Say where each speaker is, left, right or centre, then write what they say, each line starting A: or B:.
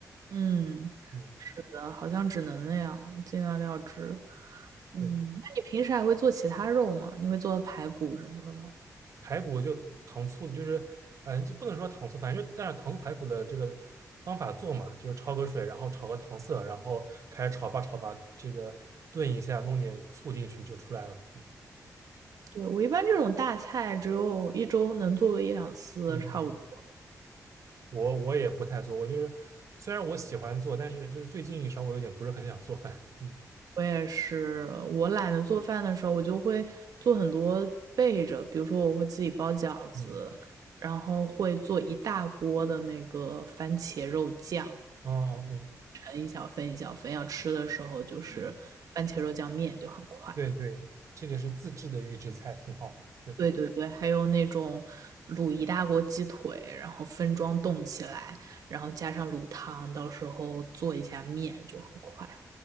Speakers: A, on the right; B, on the right.
A: 嗯，
B: 嗯，
A: 是的，好像只能那样，尽量料汁。
B: 对，
A: 嗯，那你平时还会做其他肉吗？你会做排骨什么的吗？
B: 排骨就糖醋，就是，嗯、就不能说糖醋，反正就但是糖醋排骨的这个方法做嘛，就是焯个水，然后炒个糖色，然后开始炒吧炒吧，这个炖一下，弄点醋进去就出来了。嗯
A: 对，我一般这种大菜只有一周能做个一两次，
B: 嗯嗯，
A: 差不多。
B: 我我也不太做，我就是虽然我喜欢做，但是就是最近稍微有点不是很想做饭。嗯
A: 我也是，我懒得做饭的时候，我就会做很多备着，比如说我会自己包饺子，
B: 嗯
A: 然后会做一大锅的那个番茄肉酱，
B: 哦哦。哦
A: 盛一小份一小份，要吃的时候就是番茄肉酱面就很快。
B: 嗯对对，这个是自制的预制菜，挺好的。对，
A: 对对对，还有那种卤一大锅鸡腿，然后分装冻起来，然后加上卤汤，到时候做一下面就很快。